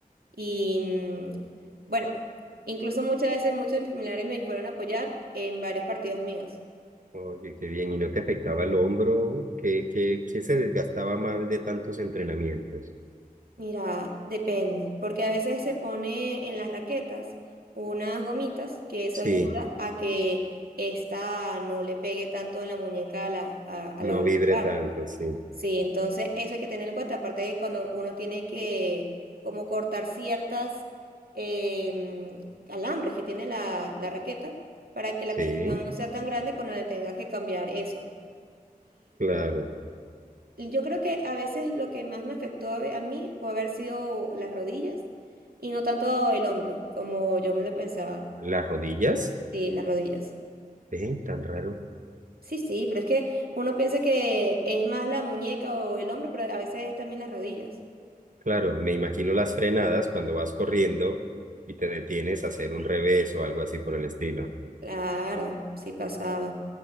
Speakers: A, on the right (about 80°); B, on the right (about 55°).
A: Y mm, bueno, incluso muchas veces muchos de mis familiares me fueron a apoyar en varios partidos míos.
B: Oye, qué bien. ¿Y no te afectaba el hombro? ¿Qué, qué, qué se desgastaba más de tantos entrenamientos?
A: Mira, depende, porque a veces se pone en las raquetas unas gomitas que eso
B: Sí,
A: ayuda a que esta no le pegue tanto en la muñeca a la, a, a
B: no
A: la hora
B: vibre
A: de jugar.
B: tanto, sí.
A: Sí, entonces eso hay que tener en cuenta, aparte de cuando uno tiene que como cortar ciertas em, alambres que tiene la, la raqueta para que la
B: Sí,
A: tensión no sea tan grande cuando le tengas que cambiar eso.
B: claro.
A: Yo creo que a veces lo que más me afectó a, ve- a mí puede haber sido las rodillas y no tanto el hombro, como yo me lo pensaba.
B: ¿Las rodillas?
A: Sí, las rodillas.
B: Eh, tan raro.
A: Sí, sí, pero es que uno piensa que es más la muñeca o el hombro, pero a veces es también las rodillas.
B: Claro, me imagino las frenadas cuando vas corriendo y te detienes a hacer un revés o algo así por el estilo.
A: Claro, sí pasaba.